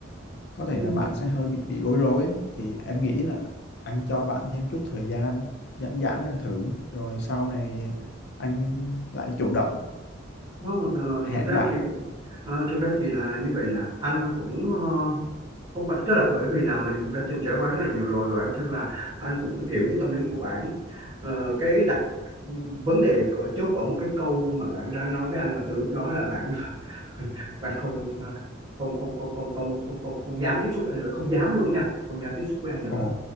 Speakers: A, on the left; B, on the right.
A: có thể
B: Ừm,
A: là bạn sẽ hơi bị bị bối rối ấy. thì em nghĩ là anh cho bạn thêm chút thời gian giãn giãn ra thử rồi sau này anh lại chủ động
B: nó, ờ,
A: hẹn
B: thực ra
A: bạn
B: thì ờ, thực ra thì là như vậy nè anh cũng ờ, không phải tức là bởi vì là mình cũng đã từng trải qua rất là nhiều rồi và bản thân là anh cũng hiểu cái tâm lý của bạn Ờ, cái đặc vấn đề ở chốt ở một cái câu mà bạn đã nói với anh mà từ lúc đó là bạn <laughs> bạn không ờ, không không không không không không không không dám tiếp xúc với anh nữa không dám luôn nha không dám tiếp xúc với anh nữa
A: ồ